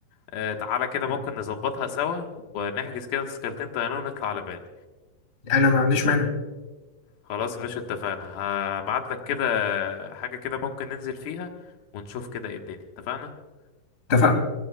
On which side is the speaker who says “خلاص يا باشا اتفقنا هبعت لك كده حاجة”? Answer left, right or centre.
Left